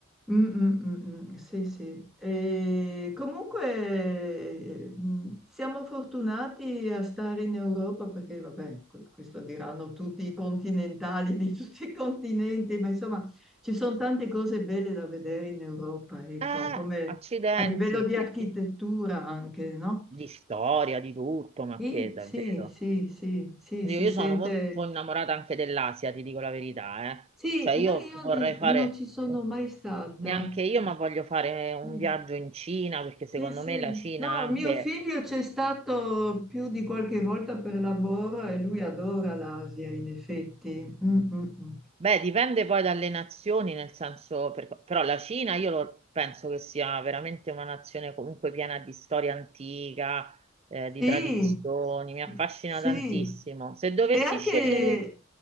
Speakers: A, in the centre; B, on the right.
A: Mm, mm, mm, mm, sì, sì. E comunque eh, mm, siamo fortunati a stare in Europa perché, vabbè, que- questo diranno tutti i continentali di tutti i continenti, ma insomma ci sono tante cose belle da vedere in Europa, ecco,
B: Eh,
A: come
B: accidenti,
A: a livello di
B: sì,
A: architettura
B: sì.
A: anche, no?
B: Di storia, di tutto, ma
A: Sì,
B: che davvero.
A: sì, sì, sì, sì,
B: Io,
A: si
B: io
A: sente.
B: sono molto innamorata anche dell'Asia, ti dico la verità, eh.
A: Sì,
B: Cioè
A: e
B: io
A: no, io
B: vorrei
A: eh,
B: fare,
A: non ci sono
B: un-
A: mai stata.
B: neanche io, ma voglio fare un
A: Sì,
B: viaggio in Cina, perché
A: sì,
B: secondo
A: sì.
B: me la Cina
A: No,
B: anche
A: mio figlio c'è stato più di qualche volta per lavoro e lui adora l'Asia, in effetti. Mm, mm, mm.
B: Beh, dipende poi dalle nazioni, nel senso, per- però la Cina io lo- penso che sia veramente una nazione comunque piena di storia antica, eh, di
A: Sì,
B: tradizioni, mi affascina
A: sì.
B: tantissimo. Se dovessi
A: E anche,
B: scegliere...